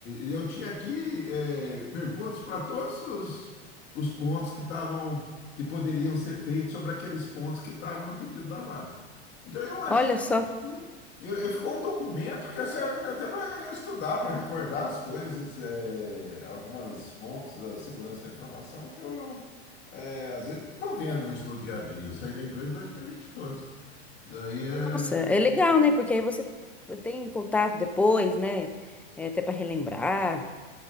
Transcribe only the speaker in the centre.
Olha só.
Nossa, é legal, né? Porque aí você tem contato depois, né? É, até para relembrar.